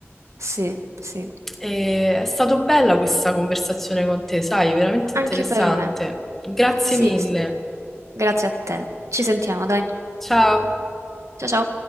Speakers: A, on the right; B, in the centre.
A: sì, sì.
B: E è stata bella questa conversazione con te, sai, veramente
A: Anche
B: interessante.
A: per me.
B: Grazie
A: Sì,
B: mille.
A: sì. Grazie a te. Ci sentiamo, dai.
B: Ciao.
A: Ciao, ciao.